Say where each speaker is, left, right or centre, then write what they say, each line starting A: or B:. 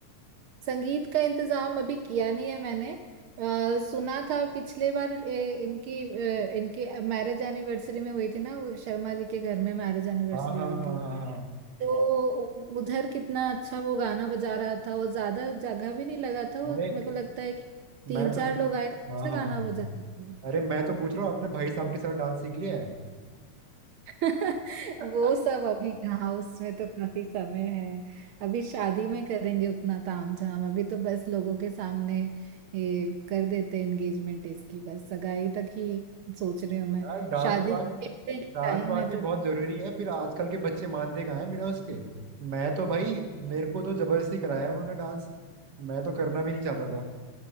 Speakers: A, on the right; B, on the right.
A: संगीत का इंतजाम अभी किया नहीं है मैंने अ, सुना था पिछले बार ए, इनकी अ, इनके मैरिज एनिवर्सरी में हुई थी ना वो शर्मा जी के घर में मैरिज एनिवर्सरी
B: हाँ हाँ
A: हुई
B: हाँ
A: थी
B: हाँ हाँ
A: तो उधर कितना अच्छा वो गाना बजा रहा था और ज्यादा जगह भी नहीं लगा था और
B: अरे
A: मेरे को लगता है कि तीन
B: मैं
A: चार
B: तो
A: लोग आए थे अच्छा
B: हाँ हाँ
A: गाना बजा रहे थे
B: अरे मैं तो पूछ रहा हूँ अपने भाई साहब के साथ डांस सीख लिया है
A: <laughs>
B: <laughs>
A: वो सब अभी कहाँ उसमें तो काफी समय है अभी शादी में करेंगे उतना तामझाम अभी तो बस लोगों के सामने ये कर देते एंगेजमेंट इसकी बस सगाई तक ही सोच रही हूँ मैं
B: यार डांस
A: शादी
B: वांस डांट
A: टाइम
B: मारती
A: है तो
B: बहुत जरूरी है फिर आजकल के बच्चे मानते कहाँ हैं बिना उसके मैं तो भाई मेरे को तो जबरदस्ती कराया उन्होंने डांस मैं तो करना भी नहीं चाहता था